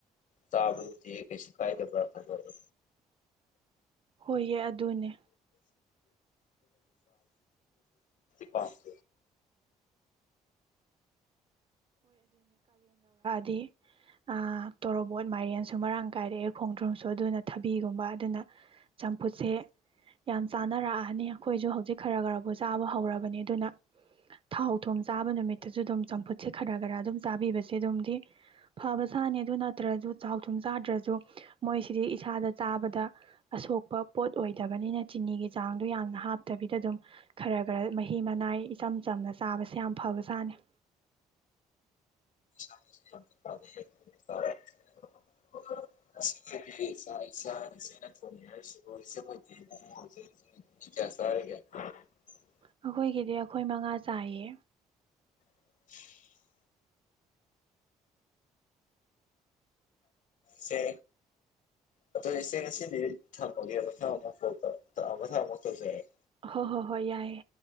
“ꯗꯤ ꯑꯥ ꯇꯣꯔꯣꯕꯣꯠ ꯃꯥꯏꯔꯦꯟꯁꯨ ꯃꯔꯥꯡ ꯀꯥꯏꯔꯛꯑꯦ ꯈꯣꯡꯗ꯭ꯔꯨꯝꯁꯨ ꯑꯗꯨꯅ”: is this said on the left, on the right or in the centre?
Right